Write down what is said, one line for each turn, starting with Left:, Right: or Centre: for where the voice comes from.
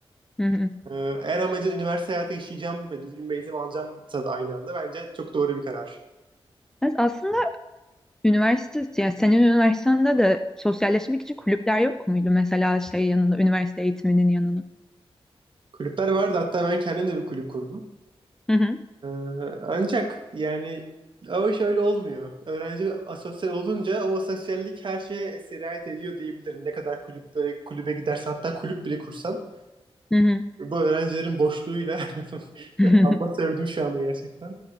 Centre: hı hı.
Right: Ee, Eğer amacın üniversite hayatı yaşayacağım ve düzgün bir eğitim alacağımsa da aynı anda bence çok doğru bir karar.
Centre: Evet, aslında üniversite, yani senin üniversitende de sosyalleşmek için kulüpler yok muydu? Mesela şey yanında, üniversite eğitiminin yanına.
Right: Kulüpler vardı. Hatta ben kendim de bir kulüp kurdum.
Centre: Hı hı,
Right: Ee, ancak yani o şöyle olmuyor. Öğrenci asosyal olunca o asosyallik her şeye sirayet ediyor diyebilirim. Ne kadar kulüplere, kulübe gidersen hatta kulüp bile kursan
Centre: hı hı.
Right: bu öğrencilerin boşluğuyla <laughs>
Centre: Hı.
Right: ama sevdim şu anı gerçekten.